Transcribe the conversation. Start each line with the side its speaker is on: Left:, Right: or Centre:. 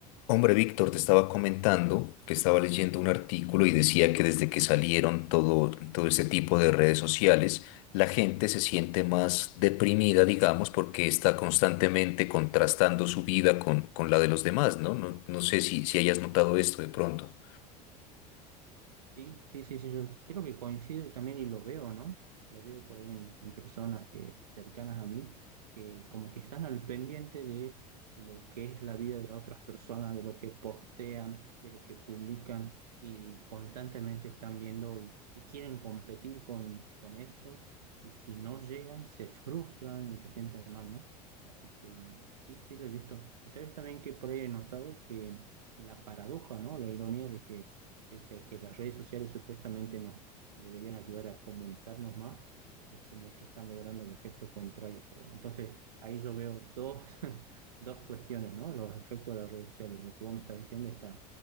Left: Hombre, Víctor, te estaba comentando que estaba leyendo un artículo y decía que desde que salieron todo, todo este tipo de redes sociales, la gente se siente más deprimida, digamos, porque está constantemente contrastando su vida con, con la de los demás, ¿no? No, no sé si, si hayas notado esto de pronto.
Right: Sí, sí, sí, sí, yo creo que coincido y también y lo veo, ¿no? Lo veo por ahí en, en personas que cercanas a mí, que como que están al pendiente de lo que es la vida de las otras personas, de lo que postean, de lo que publican y constantemente están viendo y, y quieren competir con, con eso y si no llegan se <laughs> frustran y se sienten mal, ¿no? Así que mm, sí, sí lo he visto. Y sabes también que por ahí he notado que la paradoja, ¿no? La ironía de que pese a que las redes sociales supuestamente nos deberían ayudar a comunicarnos más, es como que están logrando el efecto contrario. Pero bueno, entonces ahí yo veo dos, <laughs> dos cuestiones, ¿no? Los efectos de las redes sociales. Lo que vos me estás diciendo está